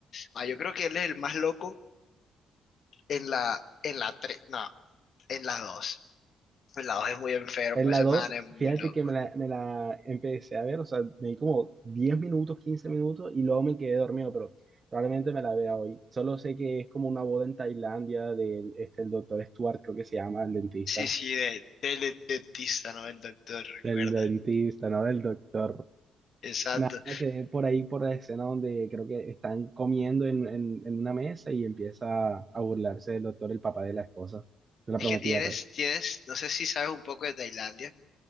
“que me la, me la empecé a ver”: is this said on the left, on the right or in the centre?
Right